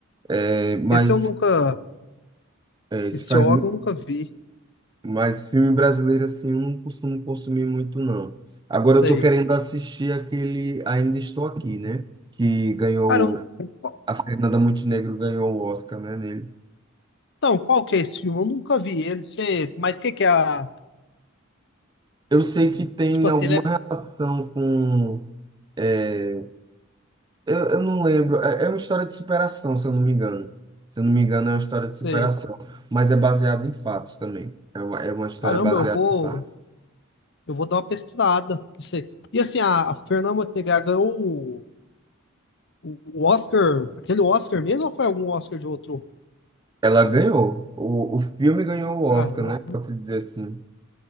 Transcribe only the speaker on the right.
É, mas
é, isso
faz
Mas filme brasileiro, assim, eu não costumo consumir muito, não. Agora eu
tô querendo assistir aquele Ainda Estou Aqui, né? Que ganhou,
a Fernanda Montenegro ganhou o Oscar, né, nele.
Eu sei que tem
alguma
relação com... é, eu, eu não lembro. É, é uma história de superação, se eu não me engano. Se eu não me engano, é uma história de
superação. Mas é baseada em fatos também. É uma, é uma história
baseada
em fatos.
Ela ganhou. O, o filme ganhou o Oscar,
né? Pode-se dizer assim.